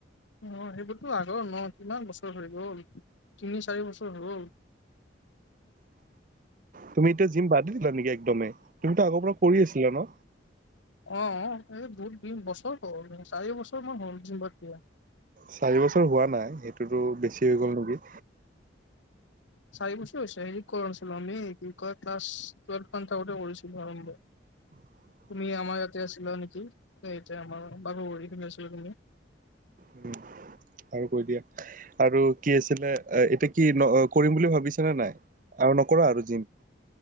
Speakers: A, on the left; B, on the right.
A: অ', সেইবোৰতো আগৰ ন কিমান বছৰ হৈ গ'ল? তিনি চাৰি বছৰ হ'ল।
B: তুমি এতিয়া জিম বাদ দি দিলা নেকি একদমেই, তুমিতো আগৰ পৰা কৰি আছিলা ন?
A: অ', এই বহুত দিন বছৰ হ'ল চাৰি বছৰ মান হ'ল জিম বাদ দিয়া।
B: চাৰি বছৰ হোৱা নাই, সেইটোতো বেছি হৈ গ'ল নেকি?
A: চাৰি বছৰ হৈছে হেৰিত কৰানাছিলোঁ আমি, কি কয় ক্লাছ টোৱেলভ মানত থাকোঁতে কৰিছিলোঁ আৰম্ভ।
B: <unintelligible>
A: তুমি আমাৰ ইয়াতে আছিলা নেকি, ইয়াতে আমাৰ <unintelligible> ফালে আছিলা তুমি।
B: উম। আৰু কৈ দিয়া। আৰু কি আছিলে এতিয়া কি ন কৰিম বুলি ভাবিছে নে নাই? আৰু নকৰা আৰু জিম?